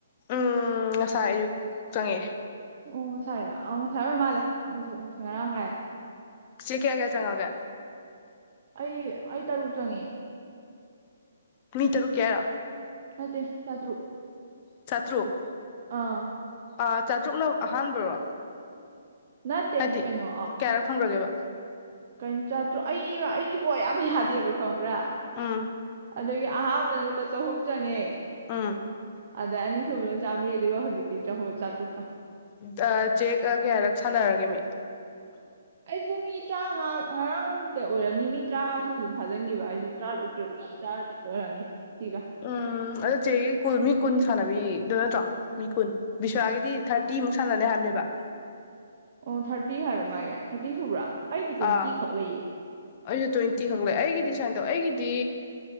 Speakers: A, on the left; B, on the right.
A: ꯎꯝ ꯉꯁꯥꯏ ꯑꯌꯨꯛ ꯆꯪꯉꯦ
B: ꯑꯣ ꯉ ꯁꯥꯏꯔꯥ ꯑꯣ ꯉ ꯁꯥꯏ ꯑꯣꯏꯔ ꯃꯥꯜꯂꯦ ꯑꯩꯁꯨ ꯉꯔꯥꯡ ꯀꯥꯏ
A: ꯁꯤ ꯀꯌꯥ ꯀꯌꯥ ꯆꯪꯉꯛꯑꯒꯦ
B: ꯑꯩ ꯑꯩ ꯇꯔꯨꯛ ꯆꯪꯉꯦ
A: ꯃꯤ ꯇꯔꯨꯛ ꯀꯤ ꯍꯥꯏꯔꯥ
B: ꯅꯠꯇꯦ ꯆꯥꯇꯔꯨꯛ
A: ꯆꯥꯇ꯭ꯔꯨꯨꯛ
B: ꯑꯥ
A: ꯑꯥ ꯆꯥꯇ꯭ꯔꯨꯛꯅ ꯑꯍꯥꯟꯕꯔꯣ
B: ꯅꯠꯇꯦ
A: ꯍꯥꯏꯗꯤ
B: ꯀꯩꯅꯣ
A: ꯀꯌꯥꯔꯛ ꯐꯪꯈ꯭ꯔꯒꯦꯕ
B: ꯀꯩꯝ ꯆꯠꯇ꯭ꯔꯣ ꯑꯩꯕ ꯑꯩꯁꯨ ꯀꯣ ꯌꯥꯝ ꯌꯥꯗꯦꯕ ꯈꯪꯕ꯭ꯔꯥ
A: ꯑꯥ
B: ꯑꯗꯒꯤ ꯑꯍꯥꯟꯕꯗ ꯂꯨꯄꯥ ꯆꯍꯨꯝ ꯆꯪꯉꯦ
A: ꯎꯝ
B: ꯑꯗ ꯑꯅꯤꯁꯨꯕꯅ ꯆꯥꯝꯃꯔꯤ ꯑꯗꯨꯒ ꯍꯧꯖꯤꯛꯀꯤ ꯆꯍꯨꯝ ꯆꯥꯇ꯭ꯔꯨꯛꯀ
A: ꯗ ꯆꯦꯛ ꯀꯌꯥꯔꯛ ꯁꯥꯟꯅꯔꯒꯦ ꯃꯤ
B: ꯑꯩꯁꯨ ꯃꯤ ꯇꯔꯥꯡꯉꯥ ꯉꯔꯥꯡꯗ ꯑꯣꯏꯔꯝꯅꯤ ꯃꯤ ꯇꯔꯥꯡꯉꯥ ꯁꯨꯕꯗ ꯊꯥꯖꯤꯟꯈꯤꯕ ꯑꯩꯁꯨ ꯇꯔꯥ ꯇꯔꯨꯛ ꯇꯔꯥ ꯇꯦꯛꯂ ꯑꯣꯏꯔꯝꯅꯤ ꯁꯤꯒ
A: ꯎꯝ ꯑꯗꯣ ꯆꯦꯒꯤ ꯀꯨꯟ ꯃꯤ ꯀꯨꯟ ꯁꯥꯟꯅꯕꯤꯗ ꯅꯠꯇ꯭ꯔꯣ ꯃꯤ ꯀꯨꯟ ꯕꯤꯁ꯭ꯋꯥꯒꯤꯗꯤ ꯊꯥꯔꯇꯤꯃꯨꯛ ꯁꯥꯟꯅꯅꯤ ꯍꯥꯏꯕꯅꯦꯕ
B: ꯑꯣ ꯊ꯭ꯔꯇꯤ ꯍꯥꯏꯕ꯭ꯔꯥ ꯃꯥꯒꯤ ꯊꯥꯔꯇꯤ ꯁꯨꯕ꯭ꯔꯣ ꯑꯩꯗꯤ ꯇ꯭ꯋꯦꯟꯇꯤꯈꯛ
A: ꯑꯥ
B: ꯂꯩꯌꯦ
A: ꯑꯩꯁꯨ ꯇ꯭ꯋꯦꯟꯇꯤ ꯈꯛ ꯂꯩ ꯑꯩꯒꯤꯗꯤ ꯁꯨꯃꯥꯏꯅ ꯇꯧ ꯑꯩꯒꯤꯗꯤ